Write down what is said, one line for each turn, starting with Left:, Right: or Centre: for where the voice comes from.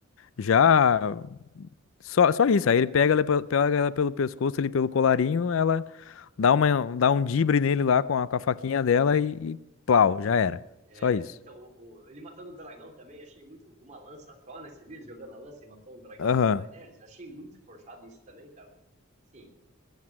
Left: já. Só, só isso. Aí ele pega ela, pe- pega ela pelo pescoço, ali pelo colarinho, ela dá uma, dá um dibre nele lá com a, com a faquinha
Right: <laughs>
Left: dela e, e plau, já era.
Right: É,
Left: Só isso.
Right: então, o- o- ele matando o dragão também, achei muito. Com uma lança só nesse vídeo, jogando a lança e matou um dragão
Left: Aham.
Right: da Daenerys. Achei muito forçado isso também, cara. Sim,